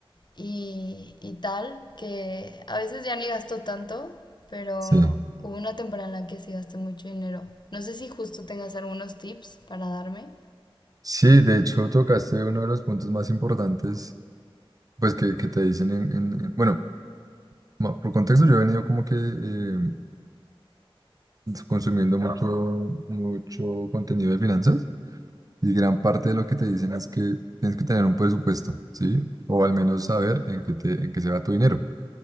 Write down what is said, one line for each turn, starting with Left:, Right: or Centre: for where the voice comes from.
Left: y, y tal, que a veces ya ni gasto tanto, pero
Right: Sí.
Left: hubo una temporada en la que sí gasté mucho dinero. No sé si justo tengas algunos tips para darme.
Right: Sí, de hecho tocaste uno de los puntos más importantes, pues que, que te dicen en, en- en- bueno, ma- por contexto yo he venido como que eh, consumiendo mucho, mucho contenido de finanzas. Y gran parte de lo que te dicen es que tienes que tener un presupuesto, ¿sí? O al menos saber en qué te, en qué se va tu dinero.